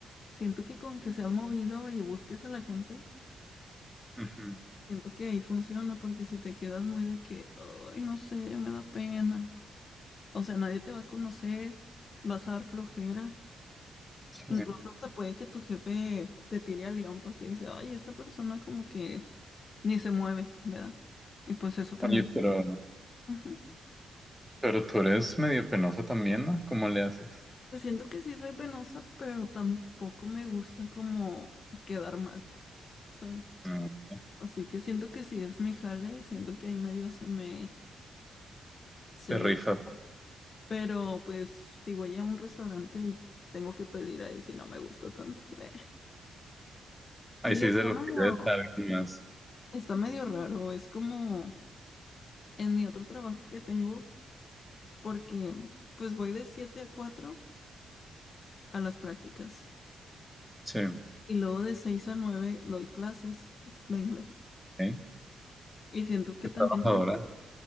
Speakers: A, on the left (about 50°); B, in the centre.
A: Siento que con que seas movido y busques a la gente,
B: Ujú.
A: siento que ahí funciona, porque si te quedas muy de que, ay, no sé, me da pena. O sea, nadie te va a conocer, vas a dar flojera.
B: Sí.
A: Incluso hasta puede que tu jefe te tire al león porque dice, ay, esta persona como que ni se mueve, ¿verdad? Y pues eso también.
B: Oye, pero,
A: Ajá.
B: pero tú eres medio penosa también, ¿no? ¿Cómo le haces?
A: Pues siento que sí soy penosa, pero tampoco me gusta como quedar mal, ¿sabes?
B: Ah, ya.
A: Así que siento que sí es mi jale, siento que ahí medio se me, se
B: Te
A: me
B: rifas.
A: Pero pues si voy a un restaurante y tengo que pedir ahí si no me gusta tanto. <laughs> Eh. Sí,
B: Ahí sí
A: está
B: se lo
A: medio,
B: pides a alguien más.
A: está medio raro. Es como en mi otro trabajo que tengo, porque pues voy de 7 a 4 a las prácticas
B: Sí, ok.
A: y luego de 6 a 9 doy clases de inglés.
B: Qué
A: Y siento que también,
B: trabajadora.